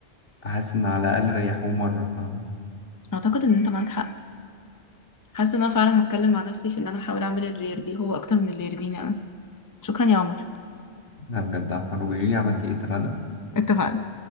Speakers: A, on the left (about 55°); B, on the left (about 20°).
A: فحاسس ان على الاقل ريحوه مره فاهمه
B: اعتقد ان انت معاك حق حاسة ان انا فعلا هتكلم مع نفسي في ان انا احاول اعمل الرير دي هو اكتر من الرير دي انا شكرا يا عمر
A: لا بجد عفوا وقولي لي عملتي ايه اتفقنا
B: اتفقنا